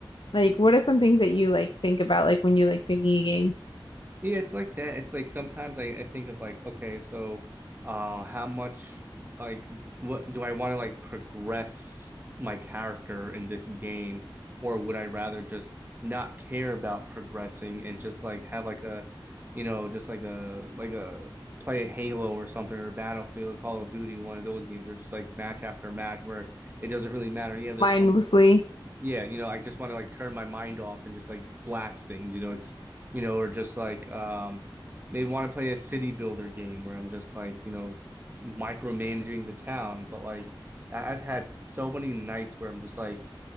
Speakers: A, on the left (about 75°); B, on the right (about 25°).
A: Like, what are some things that you like think about like when you're like picking a game
B: Yeah, it's like that. It's like sometimes I, I think of like, okay, so uh how much like what do I want to like progress my character in this game, or would I rather just not care about progressing and just like have like a you know, just like a like a play a Halo or something or Battlefield, Call of Duty, one of those games where just like match after match where it doesn't really matter. Yeah, there's
A: mindlessly?
B: some yeah, you know, I just want to like turn my mind off and just like blast things, you know, it's you know, or just like um maybe want to play a city builder game where I'm just like, you know, micromanaging the town. But like I- I've had so many nights where I'm just like